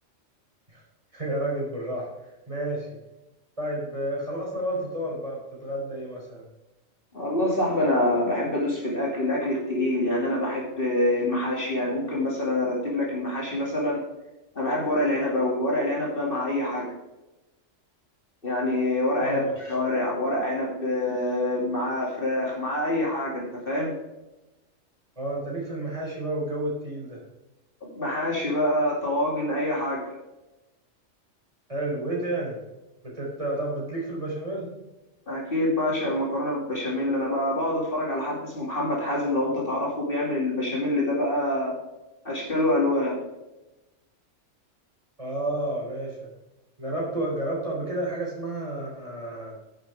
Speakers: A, on the right; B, on the left.
A: <laughs> يا راجل بالراحه ماشي طيب آه، خلصنا بقى الفطار بقى بتتغدى ايه مثلا
B: والله يا صاحبي انا بحب ادوس في الاكل الاكل التقيل يعني انا بحب المحاشي يعني ممكن مثلا ارتب لك المحاشي مثلا انا بحب ورق العنب قوي ورق العنب بقى مع اي حاجه يعني ورق
A: اه
B: عنب بالشوارع ورق عنب آه، معاه فراخ معاه اي حاجه انت فاهم
A: اه انت ليك في المحاشي بقى والجو التقيل ده
B: محاشي بقى طواجن اي حاجه
A: حلو ايه تاني بتت... طب بتليك في البشاميل
B: اكيد بعشق المكرونه بالبشاميل انا بقى بقعد اتفرج على حد اسمه محمد حازم لو انت تعرفه بيعمل البشاميل ده بقى اشكال والوان
A: اه يا باشا جربت جربت قبل كده حاجه اسمها آه،